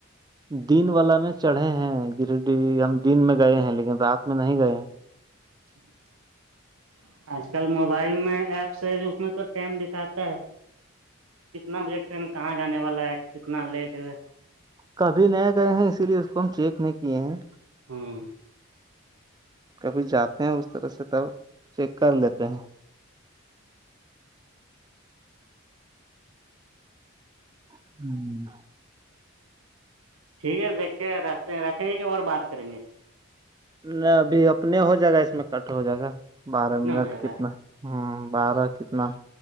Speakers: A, on the right (about 20°); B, on the right (about 75°).
A: دن والا میں چڑھے ہیں گرڈی ہم دن میں گئے ہیں لیکن رات میں نہیں گئے ہیں
B: <unintelligible> آج کل موبائل میں ایپس ہے اس میں تو ٹائم دکھاتا ہے کتنا بجے ٹرین کہاں جانے والا ہے کتنا لیٹ ہے
A: کبھی نئے کرے ہیں اسی لیے اس کو ہم چیک نہیں کیے ہیں
B: <unintelligible>
A: کبھی جاتے ہیں اس طرح سے تب چیک کر لیتے ہیں <unintelligible>
B: ٹھیک ہے دیکھیے رکھتے ہیں رکھیں گے کہ اور بات کریں گے
A: ن ابھی اپنے ہو جائے گا اس میں کٹ ہو جائے گا بارہ
B: اپنا
A: منٹ
B: ہو جائے
A: کتنا
B: گا
A: ہوں بارہ کتنا